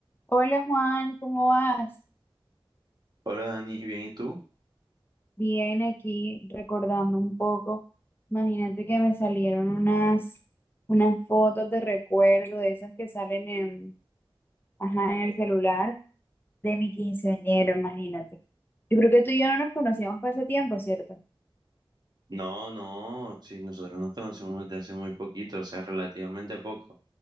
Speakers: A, on the left (about 25°); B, on the right (about 50°).
A: Hola Juan, ¿cómo vas?
B: Hola Dani, ¿bien y tú?
A: Bien, aquí recordando un poco. Imagínate que me salieron unas, unas fotos de recuerdo de esas que salen en, ajá, en el celular de mi quinceañero, imagínate. Yo creo que tú y yo no nos conocíamos por ese tiempo, ¿cierto?
B: No, no, sí, nosotros nos conocemos desde hace muy poquito, o sea, relativamente poco.